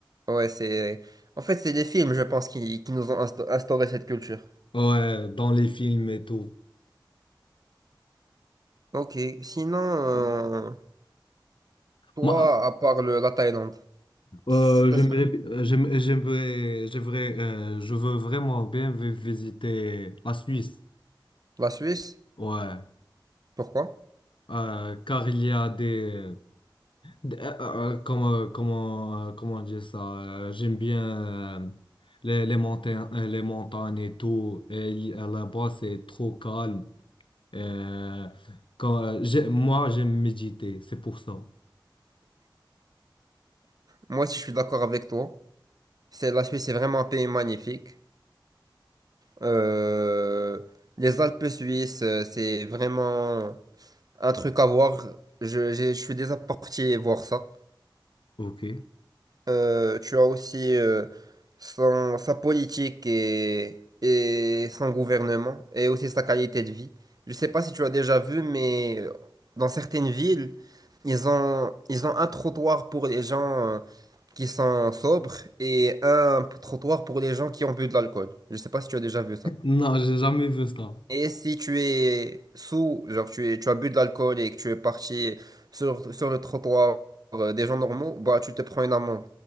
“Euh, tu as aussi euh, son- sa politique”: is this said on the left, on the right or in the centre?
Right